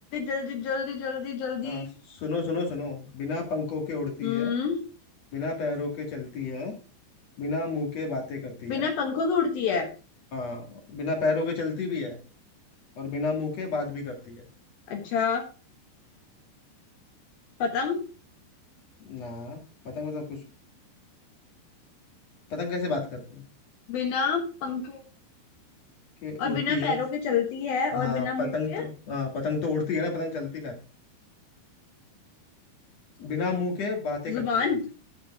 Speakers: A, on the left; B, on the left.
A: जल्दी जल्दी जल्दी जल्दी
B: हाँ सुनो सुनो सुनो बिना पंखों के उड़ती
A: हम्म
B: है बिना पैरों के चलती है बिना मुंह के बातें करती
A: बिना
B: है
A: पंखों के उड़ती है
B: हाँ बिना पैरों के चलती भी है और बिना मुंह के बात भी करती है
A: अच्छा पतंग
B: ना पतंग मतलब कुछ पतंग कैसे बात करती है
A: बिना पंखों
B: कि
A: और
B: उड़ती
A: बिना
B: है
A: पैरों के चलती है और
B: हाँ
A: बिना मुंह
B: पतंग
A: के
B: तो हाँ पतंग तो उड़ती है ना पतंग चलती का है बिना मुंह के बातें
A: जुबान
B: करती है